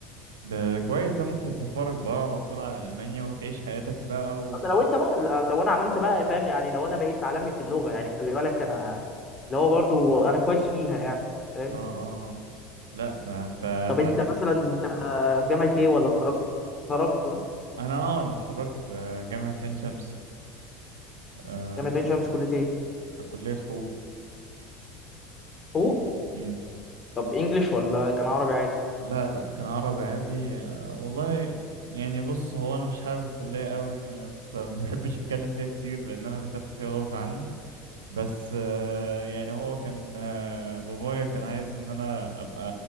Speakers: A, on the right; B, on the left.
A: ده, ده كويس ده ممكن تسفرك بقى على طول على ألمانيا وتعيش حياتك بقى و
B: ده لو انت بقى لو انا عملت بقى فاهم يعني لو انا بقيت عالمي في اللغه يعني خلي بالك انا اللي هو برضو انا كويس فيها يعني فاهم
A: اه اه آه. لا ده انت اتعلمت
B: طب انت مثلا انت في جامعه ايه ولا اتخرجت اتخرجت اه؟
A: انا اه انا اتخرجت آه، جامعة عين شمس آه
B: جامعه عين شمس كليه ايه
A: كلية حقوق
B: حقوق
A: مم.
B: طب انجلش ولا كان عربي عادي
A: لا لا كان عربي عادي آه والله يعني بص هو انا مش حابب الكلية قوي يعني فما بحبش اتكلم فيها كتير لان انا دخلت فيها غصب عني بس آه، يعني هو كان آه، بابايا كان عايز ان انا ابقى